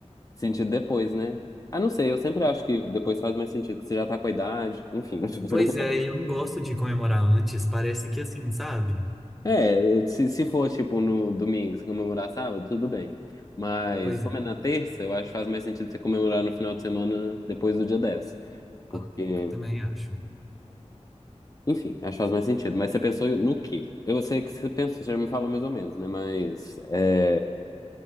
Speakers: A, on the left; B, in the centre.
A: sentido depois, né? Ah, não sei, eu sempre acho que depois faz mais sentido, que você já tá com a idade, enfim. <laughs>
B: Pois é, eu não gosto de comemorar antes, parece que assim, sabe?
A: É, se, se for tipo no domingo, você comemorar sábado, tudo bem. Mas
B: Pois
A: como
B: é,
A: é na terça, eu acho que faz mais sentido você comemorar no final de semana depois do dia 10, Porque
B: eu, eu também acho,
A: Enfim, acho que faz mais sentido. Mas você pensou no quê? Eu sei que você pensou, você já me falou mais ou menos, né? Mas é,